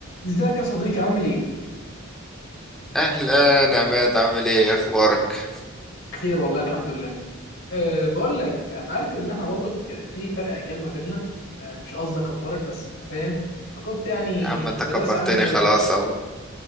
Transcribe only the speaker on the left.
ازيك يا صديقي عامل ايه؟
بخير والله الحمد لله. أه بقول لك انا عارف ان احنا برضو في فرق اجيال ما بيننا أه مش قصدي اكبرك بس انت فاهم فكنت يعني
المدرسه
عندي كانت
<laughs>